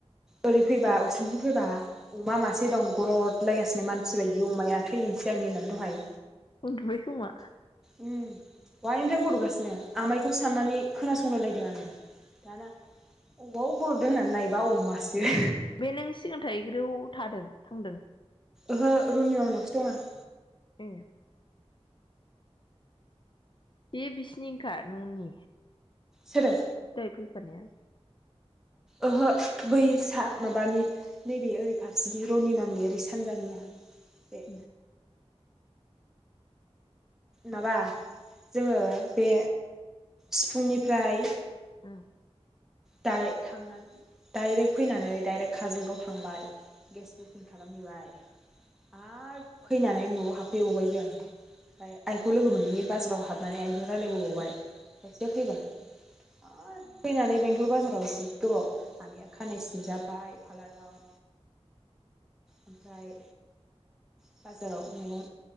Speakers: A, in the centre; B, on the left (about 45°).
A: ओरै फैबा उसुंथिं फैबा अमा मासे दं गरद लायगासिनो मानसि बायदि अमाया थै सिगांनि होनना दहाय
B: उन्दुबाय खोमा
A: उम दहायनिफ्रायनो गर'दगासिनो आमाइखौ साननानै खोनासंलाय लायदों आङो दाना अबाव गर'ददों होननानै नायबा अमासो
B: बे नों सिगां थायैग्रायाव थादों थांदों
A: ओहो रनिमा मोननावसो दंङ' आं
B: ए बे बिसिनि ओंखा न'नि
A: सोरो
B: दहाय फैफानाया
A: ओहो बै सा माबानि नैबे ओरै फारसेनि रनिमामोननि ओरै सानजानिया बे
B: उम
A: माबा जोङो बे सिफुंनिफ्राय
B: उम
A: द थांनानै डाइरेक्ट फैनानै डाइरेक्ट काजलगाव थांबाय गेस बुकिं खालामहैबाय आरो फैनानै न'आव हाबफैबावबाय जों ओमफ्राय आइखौ लोगो मोनैनि बाजाराव हाबनानै आइजों रायजलायबोबावबाय ओमफ्रायसो फैबाय
B: उम
A: फैनानानै बे बाजाराव जि गोबाव आानैया खानाय सिन जाबाय पारलाराव ओमफाय बाजाराव मैगं